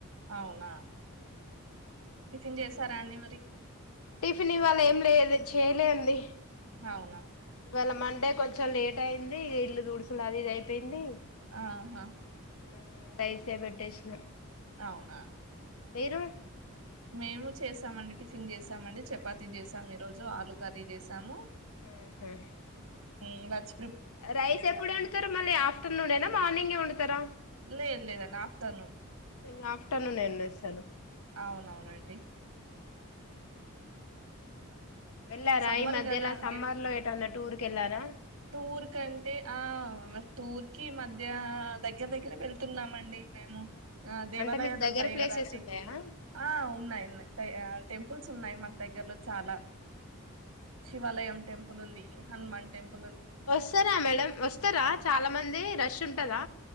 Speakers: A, on the right; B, on the left.
A: అవునా పన్ చేసారా అండి మరి
B: టిఫిన్ ఇవాళ ఏం లేదు చేయలే అడి
A: అవునా
B: ఇవాళ మండే కొంచెం లేట్ అయింది ఇల్లు తుడుసుడు అది ఇది అయిపోయింది
A: ఆహా
B: ఆ రైసె పెట్టేసిన
A: అవునా
B: మీరు
A: మేము చేసామండి టిఫిన్ చేసామండి చపాతి చేసాం ఈ రోజు ఆలు కర్రీ చేసాము
B: <unintelligible>
A: ఇంగ్లచ్
B: రైస్ ఎప్పుడు వండుతారు మళ్ళీ ఆఫ్టర్నూనేనా మార్నింగే వండుతారా
A: లేదు లేదండి ఆఫ్టర్నూన్
B: ఇంగ ఆఫ్టర్నూనే వండేస్త
A: అవునవునండి
B: వెళ్ళారా
A: సమ్మర్
B: ఇ మధ్యలో
A: కదండి
B: సమ్మర్ లో ఎటైనా టూర్ కెల్లారా
A: టూర్ కంటే ఆ టూర్ కి మధ్య దగ్గర దగ్గరే వెళ్తున్నామండి మేము ఆ దేవాలయాలు
B: అంటే మీకు దగ్గర
A: ఉంటాయి
B: ప్లేసెస్
A: కదాండి
B: ఉన్నాయా
A: ఆ ఉన్నాయి ఉన్నాయి దయ్య టెంపుల్స్ ఉన్నాయి మాకు దగ్గరలో చాలా శివాలయం
B: ఉహు
A: టెంపులుంది హనుమాన్ టెంప్
B: వస్తారా మేడం వస్తారా చాలా మంది రష్ ఉంట్ కదా